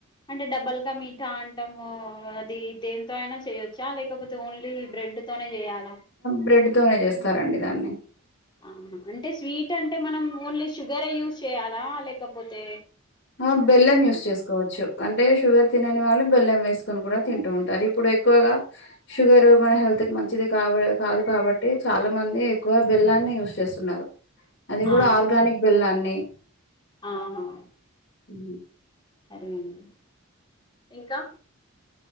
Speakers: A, on the left; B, on the left.
A: అంటే డబ్బల్గా మీఠా అంటాము అది దేంతో అయినా చేయొచ్చా లేకపోతే ఓన్లీ బ్రెడ్ తోనే చేయాలి
B: బ్రెడ్ తనే చేస్తారండి దాన్ని
A: ఆహా అంటే స్వీట్ అంటే మనం ఓన్లీ షుగర్ యూజ్ చేయాలా లేకపోతే
B: ఆ బెల్లం యూస్ చేసుకోవచ్చు అంటే షుగర్ తినని వాళ్ళు బెల్లం వేసుకొని కూడా తింటూ ఉంటారు ఇప్పుడు ఎక్కువగా షుగర్ మన హెల్త్ కి మంచిది కావ కాదు కాబట్టి చాలా మంది ఎక్కువగా బెల్లాన్ని యూస్ చేస్తున్నారు అది కూడా
A: ఆ
B: ఆర్గానిక్ బెల్లాన్ని
A: ఆహా
B: ఉ
A: సరే అండి ఇంకా